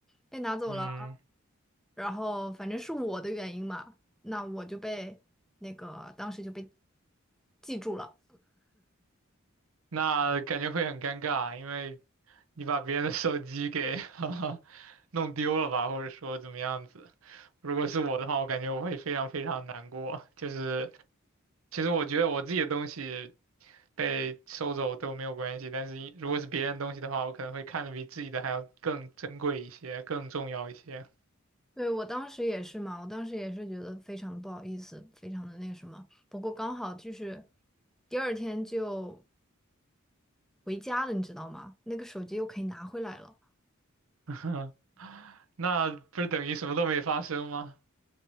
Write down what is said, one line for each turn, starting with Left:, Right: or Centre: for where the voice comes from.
Centre: 被拿走了，
Right: 嗯，
Centre: 然后反正是我的原因嘛，那我就被那个当时就被记住了。
Right: 那感觉会很尴尬，因为你把别人的手机给 <laughs> 弄丢了吧，或者说怎么样子。如果是我的话，我感觉我会非常非常难过，就是。其实我觉得我自己的东西被收走都没有关系，但是一如果是别人东西的话，我可能会看得比自己的还要更珍贵一些，更重要一些。
Centre: 对，我当时也是嘛，我当时也是觉得非常的不好意思，非常的那个什么。不过刚好就是第二天就回家了，你知道吗？那个手机又可以拿回来了。
Right: <laughs> 那不是等于什么都没发生吗？